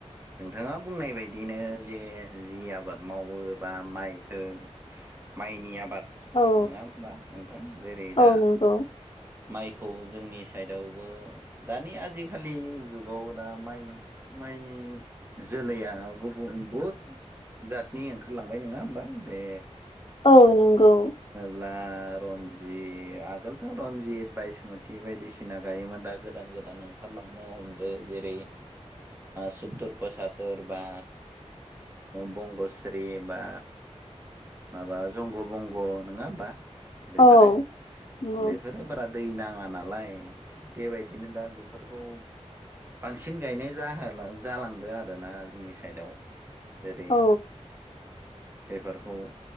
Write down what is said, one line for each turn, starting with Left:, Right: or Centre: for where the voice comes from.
Right: नोंथाङा बुंनाय बायदिनो जे जि आबाद मावो वोबा माइखौ माइनि आबाद
Left: औ
Right: नङा होमबा नोंथां जेरै दा
Left: औ नंगौ ।
Right: माइखौ जोंनि साइदावबो दानि आजिखालि जुगाव दा माइ माइनि जोलैया गुबुन बहुद जातनि ओंखारलांबाय नङा होमबा? जे
Left: औ नंगौ ।
Right: <unintelligible> रन्जि <unintelligible> आगोलथ'रनजित बायसमति बायदिसिना गायोमोन दा गोदान गोदान ओंखारलांनो हमदों जेरै सत्तुर फसातर बा बंगस्रि बा माबा जंग बंग नङा होमबा? बेफोरो
Left: औ नंगौ
Right: बेफोरो बारा दै नाङा नालाय थिग बेबायदिनो दा बेफोरखौ बांसिन गायनाय जा जालांदों आरोना जोंनि साइदआव । जेरै
Left: औ
Right: बेफोरखौ